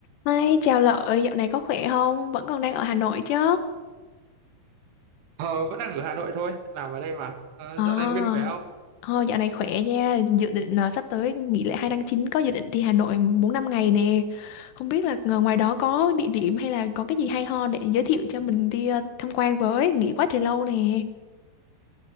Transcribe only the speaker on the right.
Ờ, vẫn đang ở Hà Nội thôi, làm ở đây mà. Ờ,
dạo này Nguyên khỏe không?